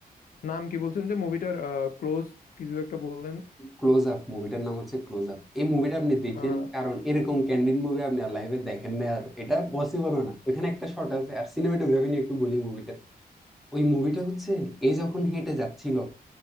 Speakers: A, on the left; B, in the centre.
A: নাম কি বলছেন যে মুভিটার ক্লোজ কিছু একটা বললেন
B: ক্লোজ আপ মুভিটার নাম হচ্ছে ক্লোজ আপ এই মুভিটা আপনি দেখেন
A: আহ,
B: কারণ এরকম ক্যান্ডিড মুভি আপনি আর লাইভে দেখেন না আর এটা পসিবলও না ওইখানে একটা শর্ট আছে আর সিনেমাটোগ্রাফি নিয়ে একটু বলি মুভিটা ওই মুভিটা হচ্ছে এ যখন হেঁটে যাচ্ছিল